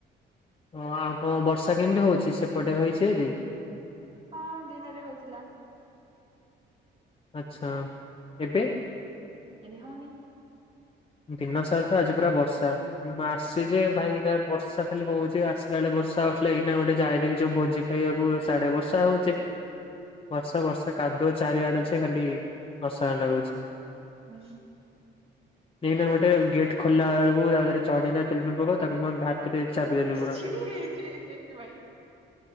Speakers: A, on the left (about 30°); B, on the right (about 30°).
A: ହ ଆଉ କଣ ବର୍ଷା କେମିତି ହଉଛି? ସେପଟେ ହେଇଛି ଭାରି?
B: ହଁ ଦିନରେ ହଉଥିଲା।
A: ଆଚ୍ଛା ଏବେ?
B: ଏବେ ହଉନି।
A: ଦିନ ସାରା ତ ଆଜି ପୁରା ବର୍ଷା ମୁଁ ଆସି ଯେ ଭାଇ ଏକା ବର୍ଷା ଖାଲି ହଉଛି ଆସିଲା ବେଳେ ବର୍ଷା ହଉଥିଲା ଏଇନା ଗୋଟେ ଯାଏଦବି ଯୋଉ ଭୋଜି ଖାଇବାକୁ ସାଡେ ବର୍ଷା ହଉଛି। ବର୍ଷ ବର୍ଷ କାଦୁଅ ଚାରି ଆଡେ ଛି ଖାଲି ଅସନା ଲାଗୁଛି ।
B: ହୁଁ।
A: ଏଇନା ଗୋଟେ ଗେଟ୍ ଖୋଲିଲା ବେଳକୁ ତା ଦେହରେ ଚଢିଲା ତେଲୁଣି ପୋକ ତାକୁ ମୁଁ ଏମତି ହା ସେଟି ଏଇ ଚାପି ଦେଲି ପୁରା।
B: ଛି ଛି ଛି ଛି ଭାଇ